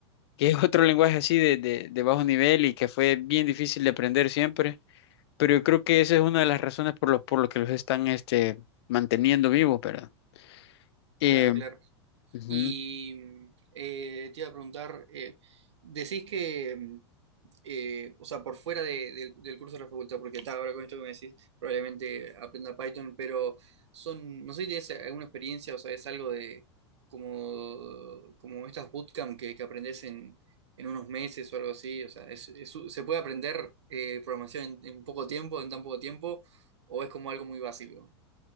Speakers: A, on the left; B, on the right.
A: que es otro lenguaje así de, de, de bajo nivel y que fue bien difícil de aprender siempre, pero yo creo que esa es una de las razones por lo, por lo que los están este, manteniendo vivos, ¿verdad? Eh,
B: claro, claro.
A: ujú.
B: Y eh, te iba a preguntar, eh, decís que, mm, eh, o sea, por fuera de- del, del curso de la facultad, porque está ahora con esto que me decís, probablemente aprenda Python, pero son, no sé si tienes alguna experiencia o sea es algo de como, como estas bootcamp que, que aprendés en, en unos meses o algo así, o sea, es- es- ¿se puede aprender eh, programación en, en poco tiempo, en tan poco tiempo, o es como algo muy básico?